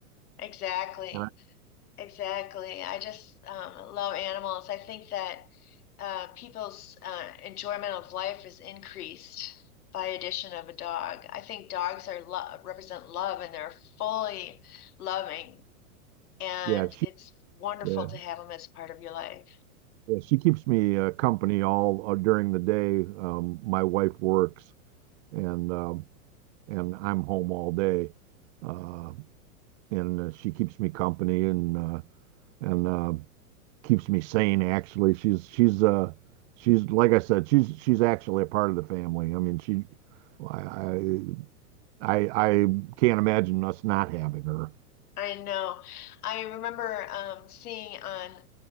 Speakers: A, on the left (about 75°); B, on the right (about 50°).
A: exactly.
B: And I-
A: Exactly. I just um, love animals. I think that uh, people's uh, enjoyment of life is increased by addition of a dog. I think dogs are love, represent love, and they're fully loving, and
B: Yeah,
A: it's wonderful
B: Yeah,
A: to have them as part of your life.
B: yeah, she keeps me uh, company all uh, during the day. Um, my wife works and um, and I'm home all day. Uh, and uh, she keeps me company and uh, and uh, keeps me sane actually. She's she's uh she's like I said, she's she's actually a part of the family. I mean, she I I I I can't imagine us not having her.
A: I know. I remember um, seeing on